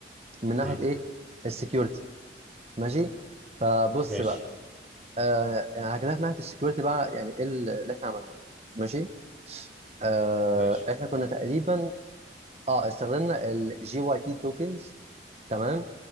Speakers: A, on the right (about 35°); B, in the centre.
A: من ناحيه
B: مم.
A: ايه السكيورتي ماشي فبص
B: ماشي
A: بقى آه يعني هكلمك من ناحيه السكيورتي بقى يعني ايه ال- اللي احنا عملناه ماشي آه
B: ماشي
A: احنا كنا تقريبا اه استخدمنا الجي واي تي توكنز تمام